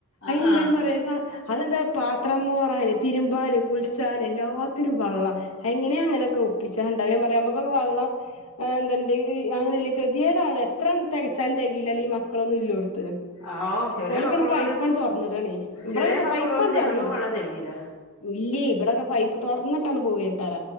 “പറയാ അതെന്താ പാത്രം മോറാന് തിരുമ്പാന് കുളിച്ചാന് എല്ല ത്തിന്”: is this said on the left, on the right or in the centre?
Left